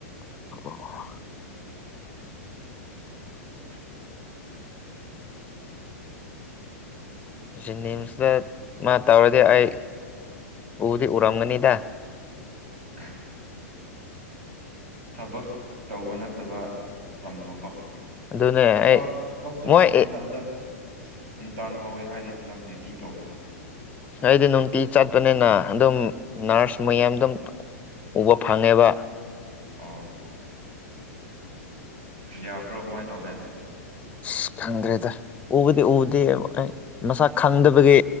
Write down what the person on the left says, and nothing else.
ꯑꯣ
ꯖꯦꯅꯤ꯭ꯝꯁꯇ ꯃꯥ ꯇꯧꯔꯗꯤ ꯑꯩ ꯎꯗꯤ ꯎꯔꯝꯒꯅꯤꯗ
ꯑꯗꯨꯅꯦ ꯑꯩ
ꯃꯣꯏ
ꯑꯩꯗꯤ ꯅꯨꯡꯇꯤ ꯆꯠꯄꯅꯤꯅ ꯑꯗꯨꯝ ꯅꯔꯁ ꯃꯌꯥꯝꯗꯨꯝ ꯎꯕ ꯐꯪꯉꯦꯕ
ꯑꯁ ꯈꯪꯗ꯭ꯔꯦꯗ ꯎꯕꯗꯤ ꯎꯗꯦ ꯑꯩ ꯃꯁꯛ ꯈꯪꯗꯕꯒꯤ